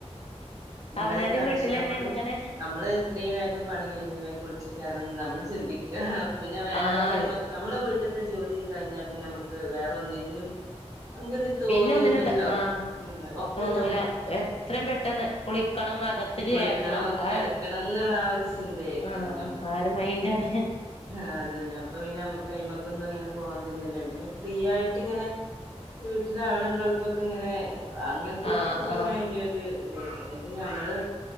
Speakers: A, on the right; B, on the left.
A: ഉണ്ടായി
B: അവനാന്റെ
A: കാണിച്ച
B: വീട്ടിലന്നെ
A: നമ്മള്
B: എങ്ങനെ
A: നമ്മള് എത്രേം വേഗം പണി കഴിഞ്ഞു കുളിച്ച് കേറണം നമ്മൾ ചിന്തി പിന്ന വേറെ
B: ആ
A: പണിമൊക്കെ
B: അതെ
A: നമ്മള് വീട്ടി ത്തെ ജോലി കഴിഞ്ഞാ പിന്നെ നമുക്ക് വേറെ ഒന്നിനും നമുക്കത് തോന്നൂലല്ലോ
B: പിന്നെ ഒന്നിനും ത- ആ
A: ഒക്കെ
B: തോന്നൂല
A: ഞ
B: എത്രയും പെട്ടെന്ന് കുളിക്കണം അകത്ത് കേറണം
A: കുളിക്കണം
B: ആ
A: കെടക്കണംന്ന് ള്ളാഒരു ശ് ചിന്തേക്കെയാ
B: ആ
A: നമുക്ക്
B: ആ ഒരു മൈൻഡാണ്
A: അതന്നെ അപ്പ പിന്നെ നമുക്ക് അയ്മ ന്നും അങ്ങനെ പോവാൻ തോന്നൂല്ല ഇങ്ങനെ ഫ്രീ ആയിട്ട് ഇങ്ങനെ വീട്ടിലാ ളുള്ളോർക്കൊക്കെ ഇങ്ങനെ അങ്ങനത്തക്കൊക്കെ
B: ആ
A: പിന്നെ
B: ആ
A: അയിനൊരു അത ഇത് നമ്മള്